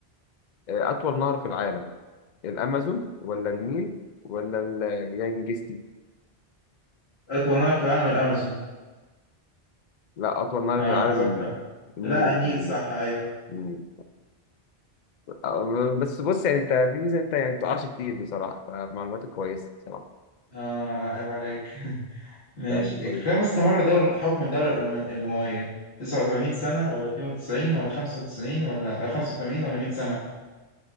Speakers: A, on the left; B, on the left.
A: آه، أطول نهر في العالم الأمازون ولا النيل ولا اليانجستي؟
B: أطول نهر في العالم الأمازون
A: لا أطول نهر
B: أنا
A: في
B: ما
A: العالم
B: أتذكر
A: النيل النيل
B: لا النيل
A: النيل
B: صح أيوه
A: النيل آه، بس بص يعني أنت في ميزة أنت يعني بتقعش كتير بصراحة فمعلوماتك كويسة بصراحة
B: آه لا عيب عليك ماشي
A: ده يقول
B: كم استمر دور حكم الدولة الأم- الأموية؟ 89 سنة ولا 92 ولا 95 ولا آه، 85 ولا 100 سنة؟